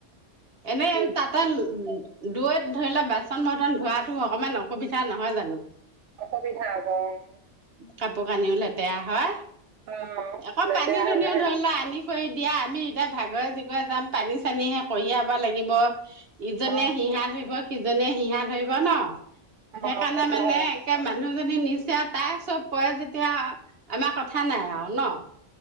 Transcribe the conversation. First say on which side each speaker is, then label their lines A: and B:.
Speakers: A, on the right (about 50°); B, on the right (about 70°).
A: এনেই
B: নিজ
A: তাতে- দৈত ধৰি লোৱা বাচন বৰ্তন ধোৱাতো অকমান অসুবিধা নহয় জানো।
B: অসুবিধা হ'ব উমঁ।
A: কাপোৰ কানিও লেতেৰা হয়,
B: অঁ
A: আকৌ
B: লেতেৰা
A: পানী দুনিও
B: হৈ আহে।
A: ধৰি লোৱা আনি কৰি দিয়া আমি এতিয়া ভাগৰে জোগৰে যাম পানী চানীহে কঢ়িয়াব লাগিব। ইজনে
B: অ
A: সিহা ধৰিব সিজনে সিহা ধৰিব ন।
B: অ
A: সেইকাৰণে
B: সেইটো
A: মানে
B: হয়
A: একে মানুহজন- নিচে আও তাই চব কয় যেতিয়া আমাৰ কথা নাই আও ন।